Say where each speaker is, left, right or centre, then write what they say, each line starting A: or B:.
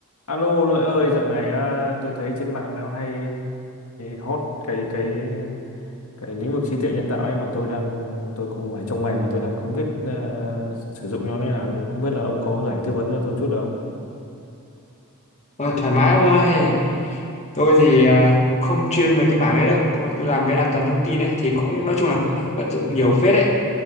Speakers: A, on the left (about 75°); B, on the left (about 30°).
A: Alo Lợi ơi, dạo này à, tôi thấy trên mạng nó hay hot cái cái cái lĩnh vực trí tuệ nhân tạo ấy mà tôi đang tôi cũng phải trong ngành mà tôi đang không biết à, sử dụng nó như nào, thì không biết là ông có rảnh tư vấn cho tôi chút được không?
B: Ờ, thoải mái ông ơi tôi thì à, cũng không chuyên về cái mảng đấy đâu nhưng mà tôi làm bên an toàn thông tin ấy thì cũng nói chung là cũng vận dụng nhiều phết đấy